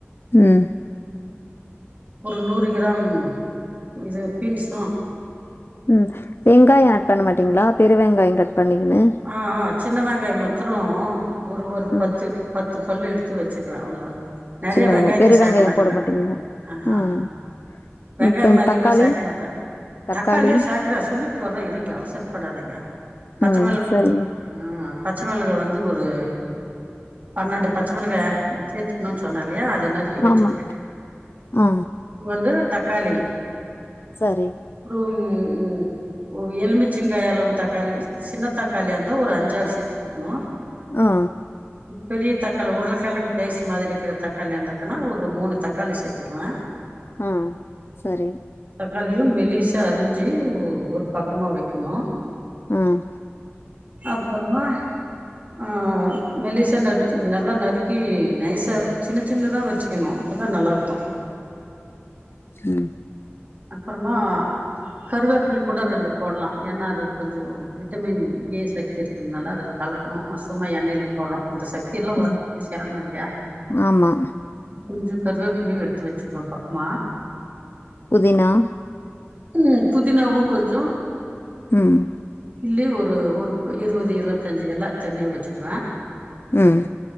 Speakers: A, on the left; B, on the right.
A: ம்
B: ஒரு நூறு கிராம் இது பீன்ஸ்
A: ம் வெங்காயோ ஏட் பண்ண மாட்டீங்களா பெருவெங்காயோ கட் பண்ணிக்கனு
B: ஆ ஆ சின்ன வெங்காய மத்ரோ ஒரு ஒரு
A: ம்
B: பத்து பத்து பல்லு எடுத் த்து வெச்சிடுவ அவ்ள தா நெறைய
A: சின்ன
B: வெங்காயத்த
A: வெங்காயம் பெரிய
B: சேக்க
A: வெங்காயம்
B: மாட்டே
A: போட
B: நானு
A: மாட்டீங்களா
B: ஆ ஆ
A: ம்
B: வெங்காயமே
A: மத்த
B: அதிகமா
A: தக்காளி
B: சேக்க மாட்டே
A: தக்காளி
B: தக்காளியு சேக்கற சொல்லிட்டு வர்றே இருங்க அவசரப்படாதிங்க பச்ச
A: ம்
B: மெள <inaudible>
A: சரிங்க
B: பச்ச மெளகா வந்து ஒரு பன்னெண்டு பச்சை மெளகாய ஆட் சேத்துக்கனுன் சொன்ன யா அத நறுக்கி வெச்சிட்டு
A: ஆமா ஆ
B: வந்து தக்காளி
A: சரி
B: ஒரு ம் உ எலமிச்சிங்கா அளவு தக்காளி சி சின்ன தக் தக்காளியா இருந்தா ஒரு அஞ்சாறு சேத்துக்கணு
A: ஆ
B: பெரிய தக்களி உருளக்கெலங் ரைஸ் மாரி இருக்கற தக்காளி இந்தக்குன்னா ஒரு மூணு தக்காளி சேத்துக்குவ
A: ஆ சரி
B: தக்காளியு மெல்லிஸா அரிஞ்சு ஓ ஒரு பக்கமா வெக்கணு
A: ம்
B: அப்பறமா ஆ மெல்லிசா நரிஞ்சு நல்லா நறுக்கி நைசா சின்ன சின்னதா வெச்சிக்கணு அப்ப தா நல்லா இருக்கு
A: ம்
B: அப்புறமா கருவேப்பில கூட ரெண்டு போட்லா ஏன்னா அது கொஞ்ஜோ விட்டமின் ஏ சக்தி இருக்கறனால அதுல கலக்கணு சும்மா எண்ணெயல போட்றோ அந்த சக்தி எல்லா ஒடம்புல
A: ம்
B: சேரனோ இல்லையா
A: ஆமா
B: கொஞ்ச கருவேப்பிளயு எடுத்து வெச்சிக்கோ பக்கமா
A: புதினா
B: ம் புதினாவு கொஞ்ச
A: ம்
B: இல்ல ஒரு ஒர் இருவது இருவத்தஞ்சு எல்லா தனியா வெச்சிடுவே
A: ம்